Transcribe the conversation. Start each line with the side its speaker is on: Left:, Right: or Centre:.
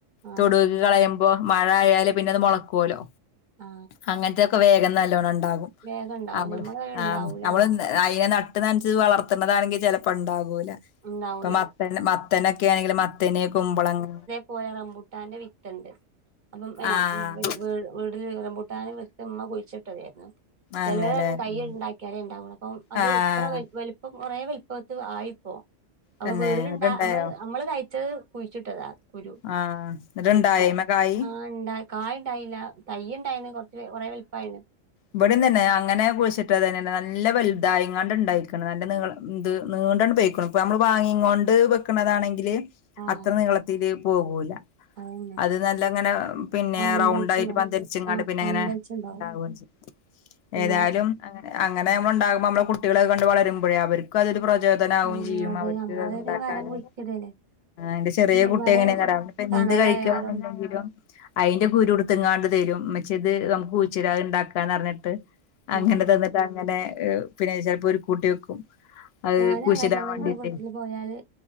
Right: ആ
Left: തൊടൂക്ക് കളയുമ്പോ മഴ ആയാല് പിന്നെ അത് മൊളക്കോലോ
Right: ആ
Left: അങ്ങ ൻത്തൊക്കെ വേഗം നല്ലോണം ഇണ്ടാകും.
Right: വേഗം ഉണ്ടാവും
Left: നമ്മള്
Right: പറയും ഉണ്ടാവൂലാന്നൊക്കെ
Left: നമ്മള് അയിന് ന ട്ട് നൻച്ച് വളർത്ത്ണതാണെങ്കി ചെലപ്പോ ണ്ടാകൂല.
Right: ഉണ്ടാവൂല
Left: ഇപ്പൊ മത്ത മത്തനൊക്കെ ആണെങ്കില് മ ത്തന്, കുമ്പളങ്ങ
Right: പോയ റമ്പൂട്ടാന്റെ വിത്ത്ണ്ട്. അപ്പം പി
Left: ആ
Right: വീ വീട്ല് റംമ്പൂട്ടാനെ വിത്ത്മ്മ കുഴിച്ചിട്ടതായിരുന്നു. ചെലര്
Left: അന്നല്ലേ
Right: റിം തയ്യ്
Left: ഉം
Right: ഇണ്ടാക്കിയാലേ ഇണ്ടാവുള്ളൂ. അപ്പം അത്
Left: ആഹ്
Right: ഇത്ര വലു കൊറേ വൽപ്പത്ത് ആയിപ്പോ അപ്പൊ
Left: തന്നെ
Right: വീട്ട്‌ല്ണ്ടാ
Left: എന്നിട്ടുണ്ടായോ
Right: നമ്മ നമ്മള് കഴി ച്ചത് കുഴിച്ചിട്ടതാ കുരു
Left: ആഹ് എന്നിട്ടുണ്ടായ
Right: വിത്ത്
Left: അയ്മെ കായി
Right: ആണ്ടാ കായ്ണ്ടായില്ല. തയ്യ് ഇണ്ടായ്ണ്. കൊർച്ച് കൊറെ വൽപ്പായിണ്.
Left: ഇവടിം തന്നെ അങ്ങനെ കുയിച്ചിട്ടതന്നെ നല്ല വലുതായ്ങ്ങാണ്ട് ഇണ്ടായിക്ക്ണ്. നല്ല നീ ഇ നീണ്ടാണ്ട് പോയിക്ക്ണ്. പ്പം നമ്മള് വാങ്ങിങ്ങോണ്ട് വെക്കണതാണെങ്കില്
Right: ആഹ്
Left: അത്ര നീളത്തില് പോകൂല.
Right: അതന്നെ
Left: അത് നല്ലങ്ങനെ പിന്നെ
Right: പന്തലിച്ചുണ്ടാവും
Left: റൗണ്ട് ആയിട്ട് പന്ത ങ്ങാണ്ട്
Right: ആഹ്
Left: പിന്നെങ്ങനെ
Right: പന്തലിച്ചുണ്ടാവും
Left: ഇണ്ടാവ ചെയ്യാ
Right: പിന്നെ
Left: ഏതായാലും അങ്ങനെ നമ്മള് ഇണ്ടാവുമ്പോ നമ്മളെ കുട്ടിയള് കണ്ട് വളരുമ്പഴേ അവര് ക്ക് അതൊരു പ്രചോദനം ആവും
Right: ആഹ്
Left: ചെയ്യും
Right: അതെ
Left: അവർക്ക്
Right: നമ്മള്
Left: അത്ണ്ടാക്കാനും
Right: ഒരു മരം കുഴിച്ചിടല്ലേ
Left: ഇന്റെ ചെറീ
Right: ഉം,
Left: കുട്ടി
Right: മരം
Left: എങ്ങനെ
Right: കുഴിച്ച
Left: ന്നറിയോ അ
Right: തണലായാലും
Left: എന്ത് കഴിക്കാണ്ന്ന്ണ്ടെങ്കിലും അയ്ന്റെ കരു ഇട്ത്ത്ങ്ങാണ്ട് തരും. മ്മച്ചേ ഇത് നമുക്ക് കൂഴിച്ചിടാ ഇണ്ടാക്കാന്നർഞ്ഞിട്ട് അങ്ങനെ
Right: ആഹ്
Left: തന്നിട്ട് അങ്ങനെ പിന്നെ ചെലപ്പോ ഒരു കൂട്ടി വെക്കും. അത്
Right: ഞാനും
Left: കുഴിച്ചിടാൻ
Right: അങ്ങനെ തന്നെ
Left: വേണ്ടീട്ടേ
Right: ന്റെ വീട്ടില് പോയാല്